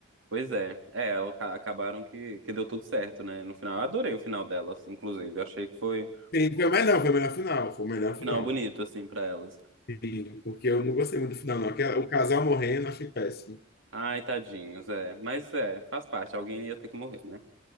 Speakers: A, on the right; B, on the left.
A: pois é. É, elas ca- acabaram que, que deu tudo certo, né? No final, eu adorei o final delas, inclusive. Eu achei que foi
B: Sim, foi o melhor, foi o melhor final, foi o melhor
A: um final
B: final.
A: bonito, assim, pra elas.
B: Sim, porque eu não gostei muito do final, não. Aquela, o casal morrendo, eu achei péssimo.
A: Ai, tadinhos, é. Mas é, faz parte. Alguém ia ter que morrer, né?